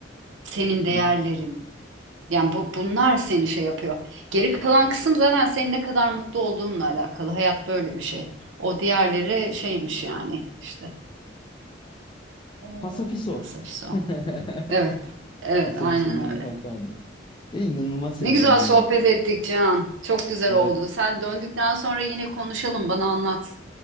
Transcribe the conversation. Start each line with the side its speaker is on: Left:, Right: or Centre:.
Right: senin değerlerin.
Left: Hı hı.
Right: Yani bu bunlar seni şey yapıyor. Geri kalan kısım zaten senin ne kadar mutlu olduğunla alakalı. Hayat böyle bir şey. O diğerleri şeymiş yani işte. Ee,
Left: Fasafiso.
Right: Pasifist o.
Left: <laughs>
Right: Evet. Evet
Left: Fasafiso
Right: aynen
Left: diye bir
Right: öyle.
Left: şarkı vardı. Ya inanılmaz
Right: Ne
Left: heyecanlıyım.
Right: güzel sohbet ettik Cihan. Çok güzel
Left: Evet
Right: oldu. Sen döndükten sonra yine konuşalım. Bana anlat.